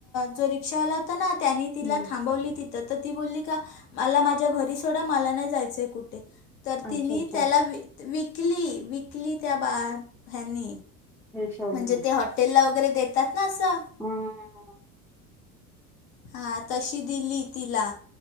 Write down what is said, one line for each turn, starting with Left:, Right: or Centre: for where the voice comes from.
Left: जो रिक्षावाला होता ना त्यांनी तिला
Centre: हम्म.
Left: थांबवली ति तर तर ती बोलली का, मला माझ्या घरी सोडा मला नाही जायचंय कुठे तर
Centre: हम्म.
Left: तिने
Centre: अच्छा अच्छा
Left: त्याला व विकली विकली त्या बा ह्यांनी
Centre: रिक्षावाले
Left: म्हणजे ते हॉटेलला वगैरे देतात ना असं.
Centre: हम ह ह
Left: हा तशी दिली तिला